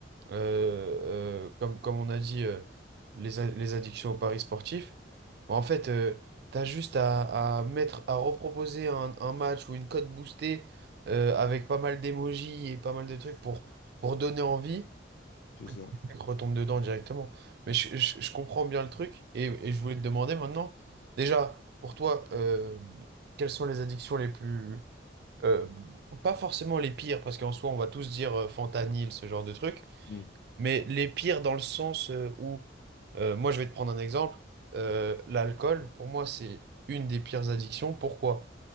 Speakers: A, on the right; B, on the left.
A: euh, euh, comme, comme on a dit, euh, les, a- les addictions aux paris sportifs. Bah, en fait, euh, t'as juste à, à mettre, à reproposer un, un match ou une cote boostée euh, avec pas mal d'émojis et pas mal de trucs pour, pour donner envie.
B: C'est
A: Le
B: ça.
A: mec retombe dedans directement. Mais je, je- je comprends bien le truc et, et je voulais te demander maintenant, déjà, pour toi, euh, quelles sont les addictions les plus... euh, pas forcément les pires, parce qu'en soi, on va tous dire euh, fentanyl, ce genre de truc,
B: Mm.
A: mais les pires dans le sens euh, où, euh, moi, je vais te prendre un exemple, euh, l'alcool, pour moi, c'est une des pires addictions. Pourquoi?